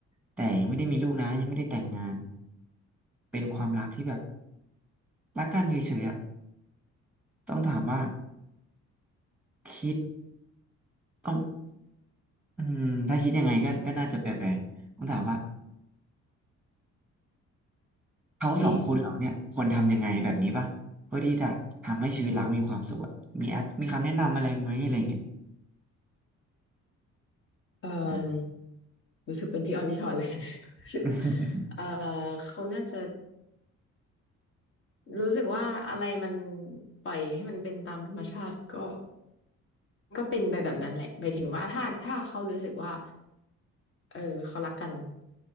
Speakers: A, in the centre; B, on the left.
A: แต่ยังไม่ได้มีลูกนะยังไม่ได้แต่งงานเป็นความรักที่แบบรักกันเฉยๆอ่ะต้องถามว่าคิดต้อง อืมถ้าคิดยังไงก็ก็น่าจะแปลกๆต้องถามว่าเขาสองคนเหล่าเนี่ยควรทำยังไงแบบนี้ปะเพื่อที่จะทำให้ชีวิตรักมีความสุขอะมีแอดมีคำแนะนำอะไรไหมอะไรอย่างเงี้ย
B: นี่เอ่อ
A: อ่า
B: รู้สึกเป็นพี่ออยพี่ชอนเลย <laughs> รู้สึก
A: <laughs>
B: เอ่อเขาน่าจะรู้สึกว่าอะไรมันปล่อยให้มันเป็นตามธรรมชาติก็ก็เป็นไปแบบนั้นแหละหมายถึงว่าถ้าถ้าเขารู้สึกว่าเออเขารักกัน